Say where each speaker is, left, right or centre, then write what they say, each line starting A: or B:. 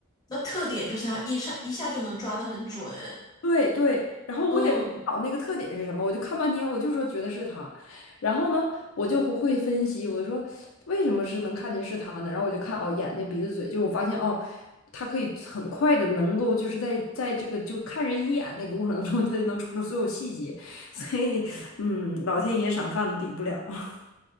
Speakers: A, on the left (about 20°); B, on the left (about 80°).
A: 那特点就是他一下一下就能抓得很准，
B: 对对，然后我也说不好那个特点是什么，
A: 嗯，
B: 我就看半天，我就说觉得是他，然后呢，我就会会分析，我就说为什么是能看见是他呢？然后我就看哦，眼睛、鼻子、嘴，就是我发现哦，他可以很快的能够就是在在这个就看人一眼那个过程中，他就能抓住所有细节，<laughs> 所以嗯，老天爷赏饭的比不了。<laughs>